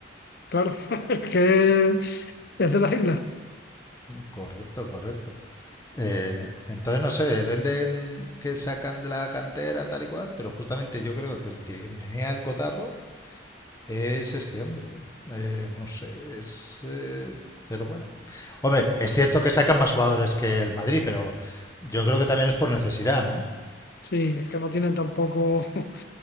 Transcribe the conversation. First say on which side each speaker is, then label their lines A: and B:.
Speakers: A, on the left; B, on the left.
A: Claro, <laughs> es que es de las islas.
B: Correcto, correcto. Eh, entonces, no sé, venden que sacan de la cantera tal y cual, pero justamente yo creo que el que menea el cotarro es este hombre. Eh, no sé, es... eh, pero bueno. Hombre, es cierto que sacan más jugadores que el Madrid, pero yo creo que también es por necesidad, ¿no?
A: Sí, es que no tienen tampoco, <laughs>